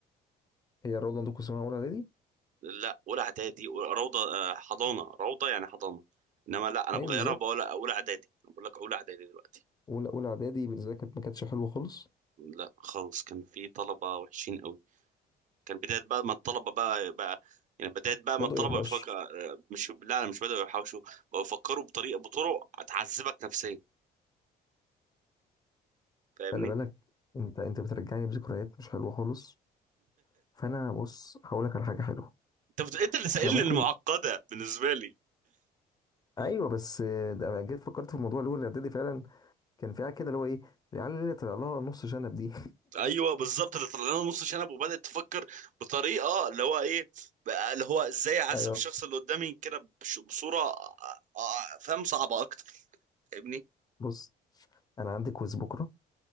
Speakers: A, on the left; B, on the right.
A: هي الروضة عندكم اسمها اولى اعدادي
B: لا أولى إعدادي روضة آه، حضانة روضة يعني حضانة إنما لا أنا
A: ايوه
B: بغيرها
A: بالظبط
B: بقول أولى إعدادي أنا بقول لك أولى إعدادي دلوقتي
A: اولى اولى اعدادي بالنسبة لي كانت ما كانتش حلوة خالص
B: لا خالص كان في طلبة وحشين قوي كان بداية بقى ما الطلبة بقى بقى يعني بداية بقى
A: بدأوا
B: ما الطلبة
A: يوحشوا
B: بيفكر آه، مش لا أنا مش بدأوا يحوشوا بقوا يفكروا بطريقة بطرق هتعذبك نفسيا فاهمني
A: خلي بالك انت انت بترجعني بذكريات مش حلوه خالص فانا بص هقول لك على حاجه حلوه
B: انت بت- انت اللي سائلني
A: احنا ممكن
B: المعقده بالنسبه لي
A: ايوه بس آه، ده أنا جيت فكرت في الموضوع اللي هو الاعدادي فعلا كان في حاجه كده اللي هو ايه العيال اللي طلع لها نص شنب دي
B: ايوه بالظبط اللي طلع لنا نص شنب وبدات تفكر بطريقه اللي هو ايه بقى اللي هو ازاي اعذب
A: <laughs> ايوه
B: الشخص اللي قدامي كده بش- بصوره آه، آه، فاهم صعبه اكتر فاهمني
A: بص انا عندي كويز بكره